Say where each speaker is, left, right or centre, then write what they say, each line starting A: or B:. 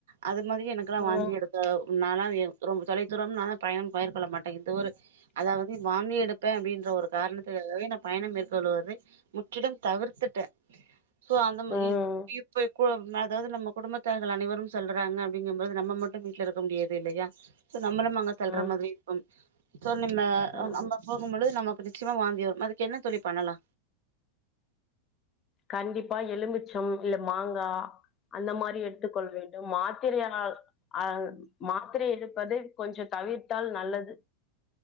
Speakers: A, on the right; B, on the left.
A: அது மாதிரி எனக்கெல்லா
B: ம்
A: வாந்தி எடுத்த நானாலா ரொம்ப தொலைதூரம் நால தா பயணம் பயிர்கொள்ள மாட்ட இது ஒரு அதாவது வாமி எடுப்ப அப்டின் ஒரு காரணத்துக்காகவே நா பயணோ மேற்கொள்வதை முற்றிலும் தவிர்த்திட்ட சோ அந்தமறியே
B: ம்
A: இப்பே குலம் அதாவது நம்ம குடும்பத்தார்கள் அனைவரும் சொல்றாங்க அப்டிங்கும்போது நம்ம மட்டு வீட்ல இருக்க முடியாது இல்லயா சோ நம்மளு அங்க செல்ற
B: ம்
A: மாறி இருக்கும் சோர் நிம்ம ஆ
B: ம்
A: நம்ப போகும்பொழுது நமக்கு நிச்சயமா வாந்தி வரு அதுக்கு என்ன தோழி பண்ணலா
B: கண்டிப்பா எலுமிச்சம் இல்ல மாங்கா அந்த மாரி எடுத்துக்கொள்ள வேண்டும் மாத் தெரி ஆனால் அ அது மாத்திரை எடுப்பது கொஞ்சோ தவிர்த்தால் நல்லது